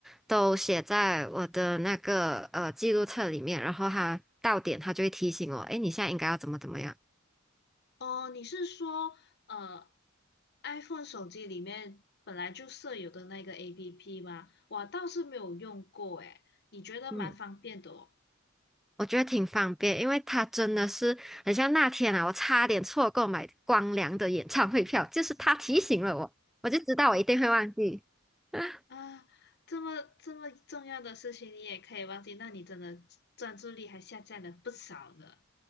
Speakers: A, in the centre; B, on the left.
A: 都写在我的那个呃记录册里面，然后它到点它就会提醒我，诶，你现在应该要怎么怎么样。
B: 哦，你是说呃，iPhone 手机里面本来就设有的那个 APP 吗？我倒是没有用过诶，你觉得蛮方便的哦。
A: 嗯，我觉得挺方便，因为它真的是很像那天啊，我差点错过买光良的演唱会票，就是他提醒了我，我就知道我一定会忘记。<laughs>
B: 啊，这么这么重要的事情你也可以忘记，那你真的专注力还下降了不少呢。